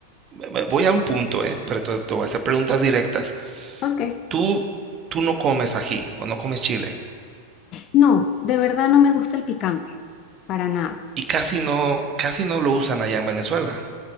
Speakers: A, on the right; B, on the left.
A: ve- voy a un punto, eh, pero te, te voy a hacer preguntas directas.
B: ok.
A: Tú, tú no comes ají o no comes chile
B: No, de verdad no me gusta el picante, para nada.
A: y casi no, casi no lo usan allá en Venezuela.